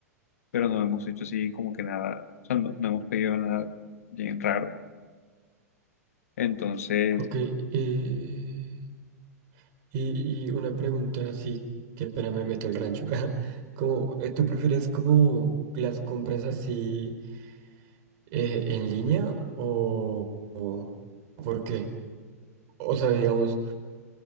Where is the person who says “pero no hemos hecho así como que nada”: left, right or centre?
Left